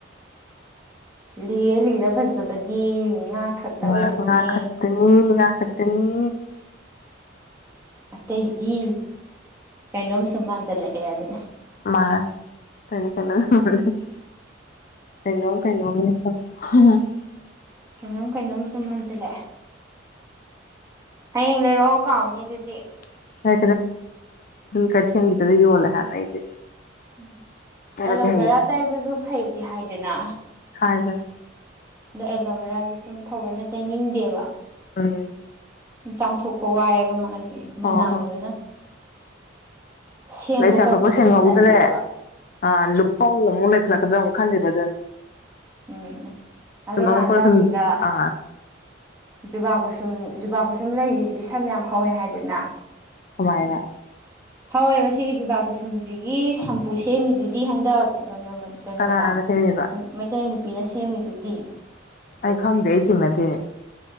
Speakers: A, on the right (about 15°); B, on the left (about 45°).
A: ꯂꯤꯔ ꯂꯤꯔ ꯐꯖꯕꯗꯤ ꯉꯥ ꯈꯛꯇ ꯑꯣꯏꯔꯝꯃꯦ
B: ꯋꯥ ꯉꯅꯥ ꯈꯠꯇꯅꯤ ꯉ ꯈꯠꯇꯅꯤ
A: ꯑꯇꯩꯗꯤ ꯀꯩꯅꯣꯝ ꯁꯨꯝ ꯃꯥꯟꯖꯜꯂꯛꯑꯦ ꯑꯗ
B: ꯃꯥꯅꯤ ꯀꯩꯅꯣ <unintelligible> ꯀꯩꯅꯣꯝ ꯀꯩꯅꯩꯅꯣꯝ ꯍꯝ
A: ꯀꯩꯅꯣꯝ ꯀꯩꯅꯣꯝ ꯁꯨꯝ ꯍꯟꯖꯤꯜꯂꯛꯑꯦ ꯍꯌꯦꯡ ꯂꯩꯔꯛꯑꯣ ꯀꯥꯎꯅꯤ ꯑꯗꯨꯗꯤ
B: <unintelligible> ꯀꯩꯊꯦꯟꯒꯤꯗꯨ ꯌꯣꯂ ꯍꯥꯏꯅ ꯑꯩꯁꯦ
A: ꯎꯝ
B: ꯆꯠꯂꯒꯦ
A: ꯑꯦꯂꯣꯚꯦꯔꯥ
B: ꯍꯌꯦꯡ
A: ꯇꯥꯏꯕꯁꯨ ꯐꯩꯗꯤ ꯍꯥꯏꯗꯅ
B: ꯍꯥꯏꯕꯥꯟ
A: ꯑꯗꯣ ꯑꯦꯂꯣꯕꯦꯔꯥꯁꯦ ꯁꯨꯝ ꯊꯑꯣꯏꯅ ꯇꯩꯅꯤꯡꯗꯦꯕ
B: ꯎꯝ
A: ꯆꯥꯝꯊꯣꯛꯄ ꯋꯥꯏꯑꯦꯕ ꯃꯥꯗꯤ ꯃꯅꯥꯡꯗꯨꯅ
B: ꯑꯣ
A: ꯁꯦꯝꯕ
B: ꯂꯩ ꯁꯥꯟꯗꯣꯛꯄ
A: ꯈꯣꯠꯄꯗꯨꯁꯨ
B: ꯁꯦꯡꯍꯧꯗ꯭ꯔꯦ
A: ꯇꯜꯂꯦꯕ
B: ꯑ ꯂꯨꯄꯧ ꯑꯃꯨꯛ ꯂꯩꯈꯠꯂꯛꯗ꯭ꯔꯥ ꯑꯃꯨꯛ ꯈꯜꯂꯤꯕ ꯑꯗꯨ
A: ꯎꯝ ꯑꯗꯨꯀꯥꯟꯗ
B: ꯁꯨꯃ <unintelligible>
A: ꯁꯤꯗ ꯖꯨꯕꯥ ꯀꯁꯨꯝ ꯖꯨꯕꯥ ꯀꯁꯨꯝ ꯂꯩꯔꯤꯁꯤꯁꯨ ꯁꯝ ꯌꯥꯝ ꯍꯧꯋꯦ ꯍꯥꯏꯗꯅ
B: ꯀꯃꯥꯢꯅ
A: ꯍꯋꯦꯕ ꯁꯤꯒꯤ ꯖꯨꯕꯥ ꯀꯨꯁꯨꯝꯁꯤꯒꯤ ꯁꯝꯄꯨ ꯁꯦꯝꯃꯤꯗꯨꯗꯤ ꯍꯟꯗꯛ <unintelligible> ꯀꯩꯅꯣꯗ
B: ꯀꯅꯥꯅ ꯁꯦꯝꯃꯤꯕ
A: ꯃꯩꯇꯩ ꯅꯨꯄꯤꯅ ꯁꯦꯝꯃꯤꯗꯨꯗꯤ
B: ꯑꯩ ꯈꯪꯗꯦ ꯑꯩ ꯊꯦꯡꯅꯗꯦꯅꯦ